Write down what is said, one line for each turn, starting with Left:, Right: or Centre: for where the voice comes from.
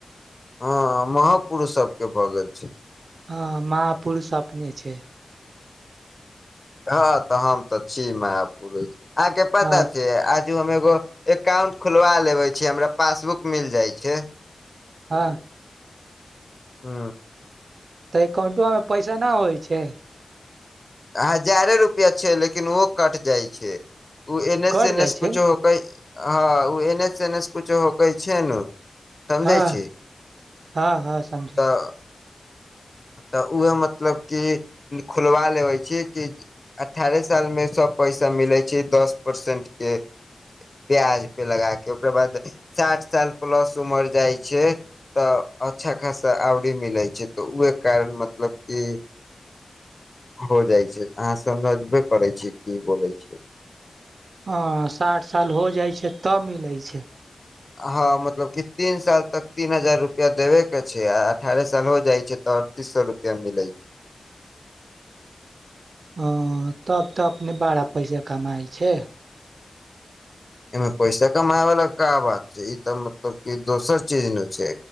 Left: हँ महापुरुष सब के भऽ गेल छै।
Right: हँ महापुरुष अपने छै।
Left: हँ तऽ हम तऽ छी महापुरुष अहाँके पता
Right: हँ
Left: छै अहाॅंक जो हम एगो एकाउंट खोलवा लेबे छै हमरा पासबुक मिल जाय छै।
Right: हँ
Left: हू
Right: तऽ एकाउंटबामे पैसा ना होइ छै।
Left: हजारे रुपआ छै लेकिन ओहो कट जाइ छै ओ एन एस
Right: कट
Left: एन
Right: जाइ
Left: एस
Right: छै
Left: कुछो हँ ओ एन एस एन एस कुछो होकै छै न समझै
Right: हँ
Left: छी
Right: हँ हँ समझै
Left: तऽ
Right: छी
Left: तऽ उहे मतलब की खुलवा लेबे छी कि अठारह साल में सब पैसा मिले छै दस परसेंट के ब्याज पे लगा के ओकरा बाद साठ साल प्लस उमर जाइ छै तऽ अच्छा खासा आवरी मिलै छै तऽ उहे कारण मतलब कि हो जाइ छै अहाँ समझबे करै छियै की बोलै छिय।
Right: हाॅं साठ साल हो जाइ छै तब मिलै छै।
Left: हँ मतलब कि तीन साल तक तीन हजार रुपआ देबे के छै। आ अठारह साल हो जाइ छै। तऽ पचीस सए रुपआ मिल छै।
Right: ह तब तऽ अपने बारा पैसा कमाइ छै।
Left: एहिमे पैसा कमाय वाला का बात छै। ई तऽ मतलब क दोसर चीज न छै।